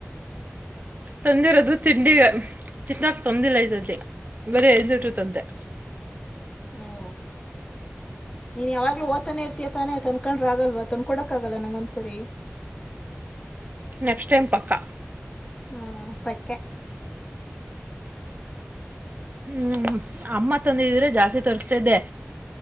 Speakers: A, on the right; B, on the left.
A: ತಂದಿರೋದು ತಿಂಡಿ ತಿನ್ನಕ್ ತಂದಿಲ್ಲ ಈ ಸತಿ ಬರೀ ಐದು ಲೀಟರ ತಂದೆ
B: ಹಓ ನೀನ್ ಯಾವಾಗ್ಲೂ ಓತಾನೆ ಇರ್ತಯ ತಾನೆ ತನ್ಕೊಂಡ್ರ ಆಗಲ್ವಾ ತಂದ್ಕ ಕೊಡಕ್ ಆಗಲ್ಲ ನಂಗೊಂದ್ಸರಿ.
A: ನೆಕ್ಸ್ಟ್ ಟೈಮ್ ಪಕ್ಕಾ
B: ಹಾ ಪಕ್ಕಾ
A: ಹ್ಮ್ ಅಮ್ಮ ತಂದಿದ್ರೆ ಜಾಸ್ತಿ ತರಿಸಸ್ತಿದ್ದೆ